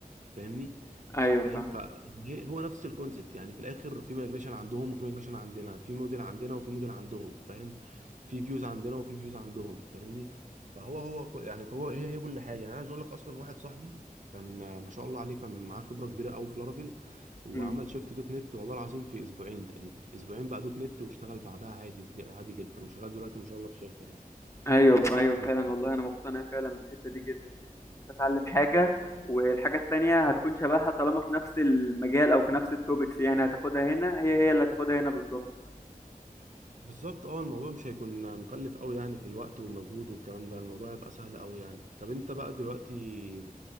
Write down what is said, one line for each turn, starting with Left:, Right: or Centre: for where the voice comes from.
Right: فاهمني
Left: ايوه
Right: فاهم
Left: فاهم
Right: ف يعني هي- هو نفس الكونسبت يعني في الاخر في مigration عندهم وفي migration عندنا في موديل عندنا وفي موديل عندهم فاهم في فيوز عندنا وفي فيوز عندهم فاهمني فهو هو ك- يعني هو هي هي كل حاجه يعني انا عايز اقول لك اصلا واحد صاحبي كان آه، ما شاء الله عليه كان معاه خبره كبيره قوي في لارافيل وعمل
Left: أمم.
Right: شيفت دوت نت والله العظيم في اسبوعين تقريبا اسبوعين بقى دوت نت واشتغل بعدها عادي عادي جدا وشغال دلوقتي ما شاء الله في شركه يعني
Left: ايوه
Right: بس
Left: ايوه
Right: فالموضوع
Left: فعلا والله انا مقتنع فعلا بالحته دي جدا يعني ان انت تتعلم حاجه والحاجه التانية هتكون شبهها طالما في نفس المجال او في نفس التوبكس يعني هتاخدها هنا هي هي اللي هتاخدها هنا بالظبط
Right: بالظبط اه الموضوع مش هيكون مكلف قوي يعني في الوقت والمجهود والكلام ده الموضوع هيبقى سهل قوي يعني طب انت بقى دلوقتي